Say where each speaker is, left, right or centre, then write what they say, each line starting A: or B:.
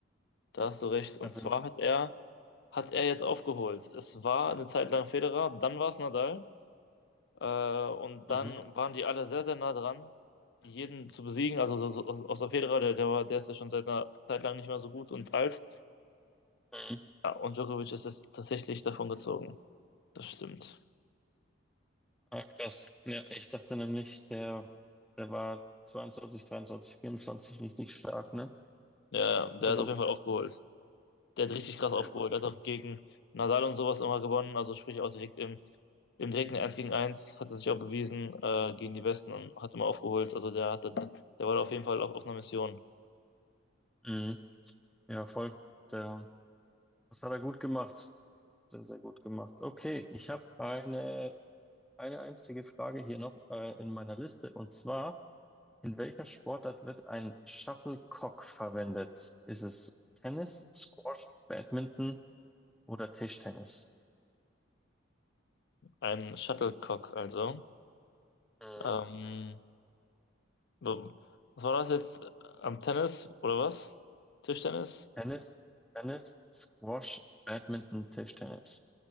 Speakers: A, on the left; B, in the centre.
A: Da hast du recht. Und
B: Also,
A: zwar hat er, hat er jetzt aufgeholt. Es war eine Zeit lang Federer, dann war es Nadal. Äh, und
B: mhm.
A: dann waren die alle sehr, sehr nah dran, jeden zu besiegen. Also so, so, außer Federer, der, der war, der ist ja schon seit einer Zeit lang nicht mehr so gut und alt.
B: Mhm.
A: Ja, und Djokovic ist jetzt tatsächlich davon gezogen. Das stimmt.
B: Ah, krass. Ja, ich dachte nämlich, der, der war 22, 23, 24 richtig stark, ne?
A: Ja, ja, der
B: Aber
A: hat auf
B: gut,
A: jeden Fall aufgeholt. der hat richtig krass
B: sehr
A: aufgeholt.
B: gut.
A: Hat auch gegen Nadal und sowas immer gewonnen. Also sprich auch direkt im, im direkten Eins gegen Eins hat er sich auch bewiesen äh, gegen die Besten und hat immer aufgeholt. Also der hatte, der war da auf jeden Fall auf, auf einer Mission.
B: Mhm. Ja, voll. Der, das hat er gut gemacht. Sehr, sehr gut gemacht. Okay, ich habe eine, eine einzige Frage hier noch äh, in meiner Liste. Und zwar, In welcher Sportart wird ein Shuttlecock verwendet? Ist es Tennis, Squash, Badminton oder Tischtennis?
A: Ein Shuttlecock also.
B: Mhm.
A: Ähm, so, was war das jetzt? Am Tennis oder was? Tischtennis?
B: Tennis, Tennis, Squash, Badminton, Tischtennis.